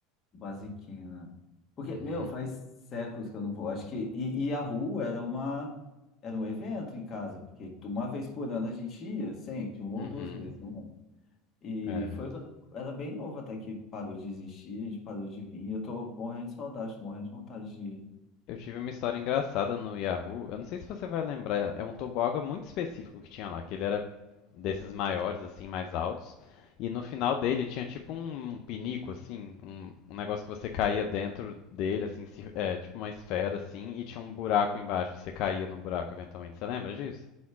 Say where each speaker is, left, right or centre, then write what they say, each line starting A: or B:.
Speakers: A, on the left; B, on the left.
A: Basiquinho, né? Porque,
B: Uhum,
A: meu, faz séculos que eu não vou. Acho que. E, e Yahoo era uma. Era um evento em casa. Porque tu- uma vez por ano a gente ia, sempre, uma
B: uhum.
A: ou duas vezes, não E
B: É.
A: foi quando eu era bem novo até que parou de existir, a gente parou de vir. E eu tô morrendo de saudade, tô morrendo de vontade de.
B: Eu tive uma história engraçada no Yahoo. Eu não sei se você vai lembrar, é um toboágua muito específico que tinha lá, que ele era desses maiores, assim, mais altos. E no final dele tinha tipo um um pinico, assim, um, um negócio que você caía dentro dele, assim, se- é, tipo uma esfera, assim, e tinha um buraco embaixo, e você caía no buraco eventualmente. Você lembra disso?